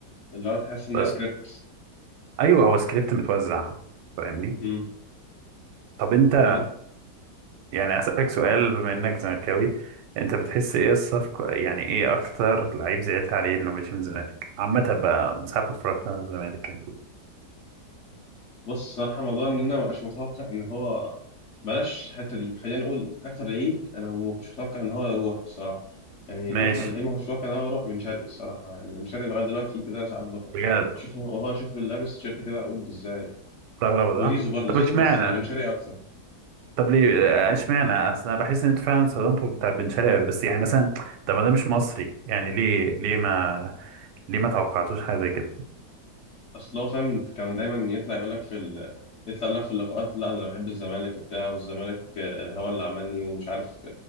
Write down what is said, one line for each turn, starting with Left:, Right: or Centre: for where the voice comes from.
Left: اللي هو تحس انها
Right: بس
Left: سكريبت
Right: ايوه هو سكريبت متوزع فاهمني
Left: امم
Right: طب انت
Left: طب انت
Right: يعني اسالك سؤال بما انك زملكاوي انت بتحس ايه الصفقه يعني ايه اكتر لعيب زعلت عليه انه مش من الزمالك عامه بقى من ساعه ما اتفرجت على الزمالك يعني
Left: بص الصراحة موضوع ان انا ما بقاش متوقع ان هو بلاش الحتة دي خلينا نقول اكتر لعيب انا ما كنتش متوقع ان هو يروح الصراحة يعني
Right: ماشي
Left: اكتر لعيب ما كنتش متوقع ان هو يروح بن شرقي الصراحة يعني بن شرقي لغاية دلوقتي كده ساعات بفكر
Right: بجد
Left: شوف هو هو شوف لابس تيشيرت كده اقول ازاي
Right: استغرب
Left: وزيزو
Right: ده
Left: برضه
Right: طب
Left: زيزو
Right: اشمعنى
Left: بس بن شرقي اكتر
Right: طب ليه آه، اشمعنى اصل انا بحس ان انتوا فعلا استخدمتوا بتاع بن شرقي أوي. بس يعني مثلا طب ما ده مش مصري يعني ليه ليه ما ليه ما توقعتوش حاجه زي كده
Left: اصل هو فاهم كان دايما يطلع يقول لك في ال... يطلع يقول لك في اللقاءات لا ده انا بحب الزمالك وبتاع والزمالك آه، هو اللي عملني ومش عارف